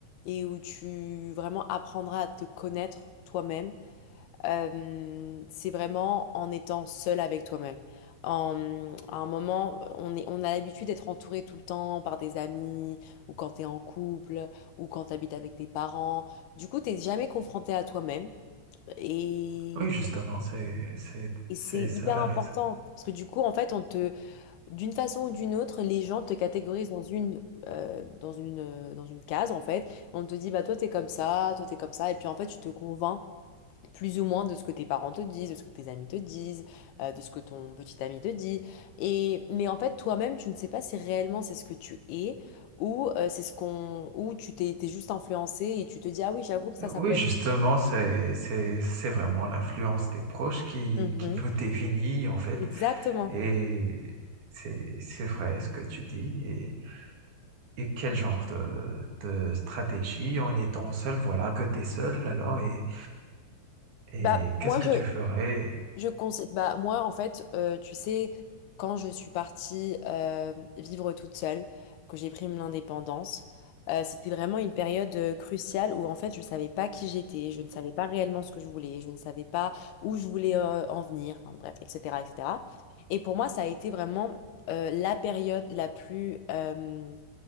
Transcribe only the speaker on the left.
et où tu vraiment apprendras à te connaître toi-même. euh, c'est vraiment en étant seul avec toi-même. En, à un moment, on est, on a l'habitude d'être entouré tout le temps par des amis, ou quand t'es en couple, ou quand t'habites avec tes parents. Du coup, t'es jamais confronté à toi-même. Et,
et
c'est hyper
important
parce que du coup, en fait, on te, d'une façon ou d'une autre, les gens te catégorisent dans une, euh, dans une, euh, dans une case, en fait. On te dit, bah, toi, t'es comme ça, toi, t'es comme ça. Et puis, en fait, tu te convaincs plus ou moins de ce que tes parents te disent, de ce que tes amis te disent, euh, de ce que ton petit ami te dit. Et mais en fait, toi-même, tu ne sais pas si réellement c'est ce que tu es ou euh, c'est ce qu'on ou tu t'es t'es juste influencé et tu te dis ah oui, j'avoue que ça
ça peut être.
Mhm.
Exactement.
Bah
moi
je
Je conseille, bah, moi, en fait, euh, tu sais, quand je suis partie euh, vivre toute seule, que j'ai pris mon indépendance, euh, c'était vraiment une période euh, cruciale où, en fait, je ne savais pas qui j'étais, je ne savais pas réellement ce que je voulais, je ne savais pas où je voulais euh, en venir, enfin, bref, etc., etc. Et cetera. Et pour moi, ça a été vraiment euh, la période la plus, euh,